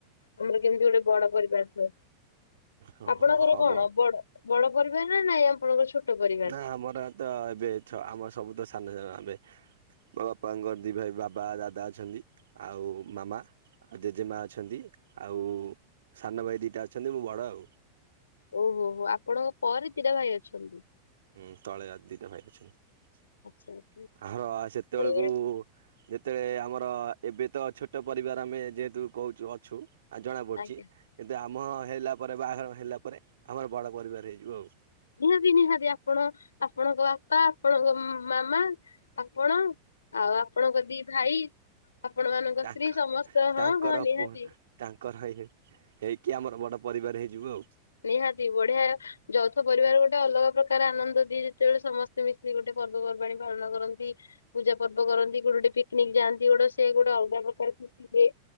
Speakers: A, on the left; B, on the right.
A: ଆମର କେମିତି ଗୋଟେ ବଡ଼ ପରିବାର ଥିବ
B: ହଁ
A: ଆପଣଙ୍କର
B: ହଁ ହଁ
A: କଣ
B: ବଳ
A: ବଡ଼ ବଡ଼ ପରିବାର ନା ନାଇଁ ଆପଣଙ୍କର ଛୋଟ ପରିବାର?
B: ନା ଆମର ତ ଏବେ ଛ ଆମର ସବୁ ତ ସାନ ସାନ ଆମେ ମୋ ବାପାଙ୍କର ଦି ଭାଇ ବାବା ଦାଦା ଅଛନ୍ତି, ଆଉ ମାମା ଆଉ ଜେଜେମା ଅଛନ୍ତି। ଆଉ ସାନ ଭାଇ ଦିଟା ଅଛନ୍ତି, ମୁଁ ବଡ଼ ଆଉ
A: ଓହୋ ହୋ ଆପଣଙ୍କ ପରେ ଦିଟା ଭାଇ ଅଛନ୍ତି।
B: ଉଁ ତଳେ ଆ ଦିଟା ଭାଇ ଅଛନ୍ତି
A: ଆଚ୍ଛା ଆଚ୍ଛା
B: ଆର ସେତେବେଳକୁ
A: ଆପଣଙ୍କର
B: ଯେତେ ଆମର ଏବେ ତ ଛୋଟ ପରିବାର ଆମେ ଯେ ତୁ କହୁଛୁ ଅଛୁ ଆଉ ଜଣା ପଡ଼ୁଛି
A: ଆଜ୍ଞା।
B: କିନ୍ତୁ ଆ ମ ହେଲା ପରେ ବାହାଘର ହେଲା ପରେ, ଆମର ବଡ଼ ପରିବାର ହେଇଯିବୁ ଆଉ।
A: ନିହାତି ନିହାତି ଆପଣ ଆପଣଙ୍କ ବାପା, ଆପଣଙ୍କ ମାମା, ଆପଣ ଆଉ ଆପଣଙ୍କ ଦି ଭାଇ ଆପଣ ମାନଙ୍କ
B: ତାଙ୍କ
A: ସ୍ତ୍ରୀ ସମସ୍ତ
B: ତାଙ୍କର
A: ହଁ ହଁ ନିହାତି
B: ପୁ ତାଙ୍କର ହେଇ ହେଇକି ଆମର ବଡ଼ ପରିବାର ହେଇଯିବୁ ଆଉ
A: ନିହାତି ବଢ଼ିଆ ଯୌଥ ପରିବାର ଗୋଟେ ଟେ ଅଲଗା ପ୍ରକାର ଆନନ୍ଦ ଦିଏ ଯେତେବେଳେ ସମସ୍ତେ ମିଶିକି ଗୋଟେ ପର୍ବପର୍ବାଣୀ ପାଳନ କରନ୍ତି ପୂଜା ପର୍ବ କରନ୍ତି କୋଉଠି ଗୋଟେ ପିକନିକ ଯାଆନ୍ତି ଗୋଟେ ସେ ଗୋଟେ ଅଲଗା ପ୍ରକାର ଖୁସି ଦିଏ।